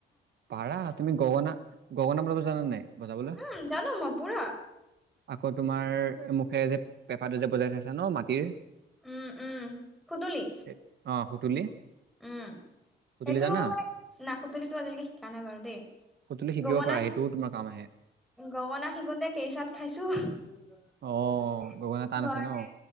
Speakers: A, on the right (about 60°); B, in the centre.
A: পাৰা তুমি গগনা গগনা বজাব জানা নে নাই বজাবলৈ
B: উম জনো ম ই পুৰা
A: আকৌ তোমাৰ মুখেৰে যে পেপাটো যে বজাই চাইছা ন মাটিৰ
B: উম, উম, খুদুলি।
A: এ- অ সুতুলি
B: উম,
A: সুতুলি
B: সেইটো
A: জানা
B: এই, না খুদুলিটো আজিলৈকে জানে বাৰু দেই,
A: সুতুলি শিকিব
B: গগনা
A: পাৰা সেইটোও তোমাৰ কাম আহে
B: গগনা শিকোঁতে কেইচাট খাইছো। ঘৰতে,
A: অ গগনা টান আছে ন